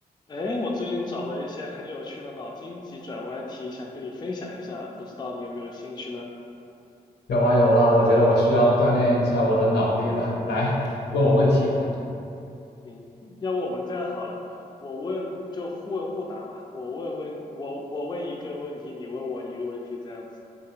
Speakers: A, on the left; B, on the left.
A: 哎，我最近找了一些很有趣的脑筋急转弯题，想跟你分享一下，不知道你有没有兴趣呢？
B: 有啊有啊，我觉得我需要锻炼一下我的脑力了。来，问我问题吧。
A: 行，要不我们这样好了，我问就互问互答嘛，我问问我我问一个问题，你问我一个问题，这样子。